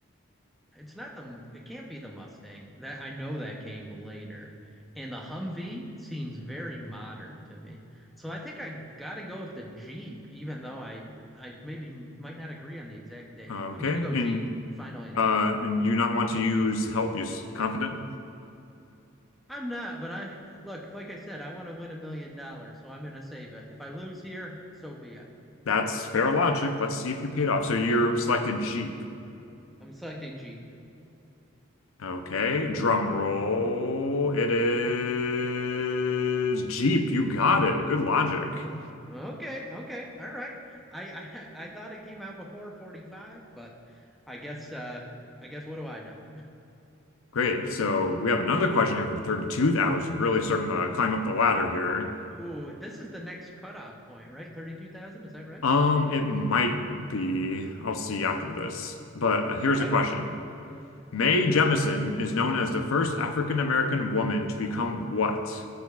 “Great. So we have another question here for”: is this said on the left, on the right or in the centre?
Left